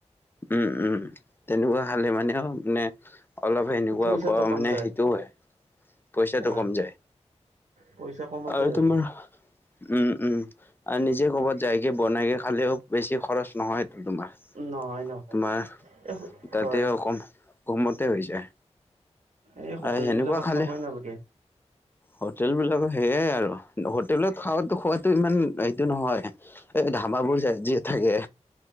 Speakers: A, on the left; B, on the right.
A: উম, উম, তেনেকুৱা হলে মানেও মে অলপ সেনেকুৱা
B: পইচাটো
A: অকৰা
B: কম
A: মানে
B: যায়
A: সেইটো হয়। পইচাটো
B: হয়
A: কম যায়
B: পইচা কমতে
A: আৰু
B: হয়
A: তোমাৰ উম, উম, আৰু নিজে ক'বাত যাইকে বনাইকে খালেও বেছি খৰচ নহয়টো তোমাৰ।
B: নহয় নহয়
A: তোমাৰ
B: এ
A: তাতে
B: হয়
A: অ, কম কমতে হৈ যায়।
B: এই হোটেল
A: আৰু সেনেকুৱা
B: বিলাকত
A: খালে
B: খাবই নালাগে।
A: হোটেল বিলাকৰ সেইয়াই আৰু হোটেলত খাৱাটো খোৱাতো ইমান এইটো নহয়। এই ধাবাবোৰ যায় যিয়ে থাকে।